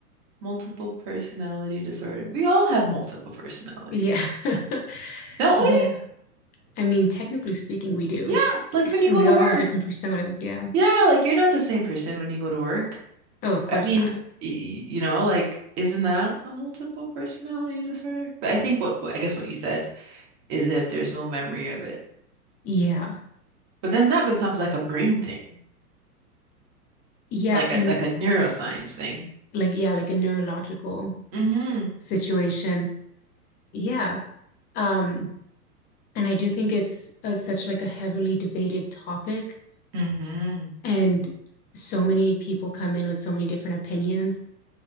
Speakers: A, on the right; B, on the left.
A: multiple personality disorder. We all have multiple personalities,
B: yeah, <laughs>
A: don't
B: yeah.
A: we?
B: I mean, technically speaking, we do.
A: Yeah, like when you
B: We
A: go to
B: all
A: work.
B: have different personas. Yeah.
A: Yeah, like you're not the same person when you go to work.
B: Oh, of course
A: I mean,
B: not.
A: y- you know, like isn't that a multiple personality disorder? But I think what what- I guess what you said is if there's no memory of it.
B: Yeah.
A: But then that becomes like a brain thing.
B: Yeah,
A: like
B: and
A: a like a neuroscience thing.
B: like yeah, like a neurological
A: hmm
B: situation Yeah. Um, and I do think it's uh such like a heavily debated topic,
A: hmm
B: and so many people come in with so many different opinions.